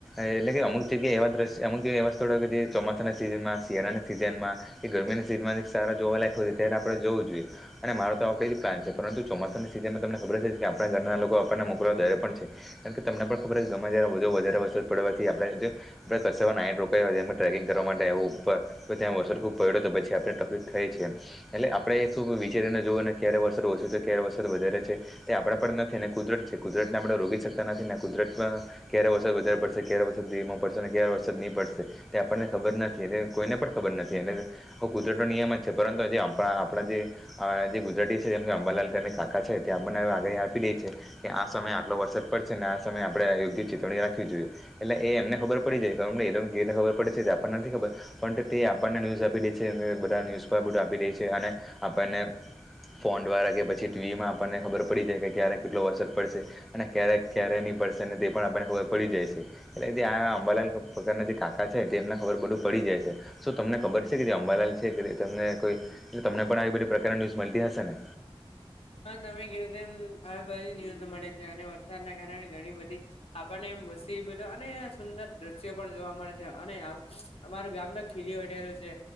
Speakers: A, in the centre; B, on the left.
A: એટલે કે અમુક જગ્યા, એવા દ્રશ્ય અમુક જગ્યાએ એવા સ્થળો હોય, કે જે ચોમાસાના સિઝનમાં શિયાળાના સિઝનમા કે ગરમીની સિઝનમાં સારા જોવા લગતા હોય, ત્યારે આપડે જવું જોઈએ અને મારો તો આ ફેરી પ્લાન છે, પરતુ ચોમાસાની સિ ઝનમાં તમને ખબર છે કે આપણા ઘરના લોકો, આપણને મોકલવા ડ રે પણ છે. કારણ કે તમને પણ ખબર છે, કે ગમે જ્યારે વધારે વર પડવાથી આપણે, <unintelligible> ટ્રેકિંગ કરવા માટે આવુંર તો ત્યાં વરસાદ ખૂબ પડ્યો તો પછી આપને તકલીફ થાય છે. એટલે આપડે શું વિચારીને જવું ને ક્યારે વરસાદ ઓછો ક્યારે વરસાદ વધારે તે આપડા પણ નથી, કુદરત છે, કુદરતને આપણે રોકી શકતા નથી ને કુદરતમાં ક્યારે વરસાદ વધા પડશે વરમા, પડશે ક વરસાદ ની પડશે આપણને ખબર નથી, એટલે કોઈને પણ ખબર નથી, એટલે હ, કુદરતો નિયમ જ છે. પરંતુ આ જે અંબા આપણા જે અ જે ગુજરાતી છે, જેમ કે અંબાલાલ કરીને કાકા છે. છે, તે આપણને આગાહી આપી દે છે, કે આ સમયે આટલો વરસાદ પડશે ને આ સમયે આપડે યોગ્ય ચેતવણી રાખવી જોઈએ એટલે એ એમને ખબર પડી જાય <unintelligible> એમને કેવી રીતે ખબર પડી આપણને નથી, ખબર પણ તે આપણને ન્યૂઝ આપી દે છે, બધા ન્યૂઝ પર બધું આપી દે છે, અને આપણને ફોન દ્વારા, કે પછી ટીવીમાં આપણને ખબર પડી જાય કે ક્યારેક, કેટલો વરસાદ પડશે અને ક્યારેક, ક્યારે પડશે ને તે પણ આપને ખબર પડી જાય છે, એટલે આ અંબાલાલ પ્રકારના જે કાકા છે, તેને ખબર બધું પડી જાય છે, શું તમને ખબર છે. કે જે અંબાલાલ છે, કે તને કોઈ તમને પણ આવી બધી પ્રકારની ન્યુઝ મળતી હશે ને
B: હા, તમે કીધું તેમ આ બધી ન્યુઝ મળે છે. અને વરસાદના કારણે ઘણી બધી આપણને મુસીબતો, અને સુંદર દ્રશ્યો પણ જોવા મળે છે. અને અમાર ગામના ખીલી ઉઠે છે,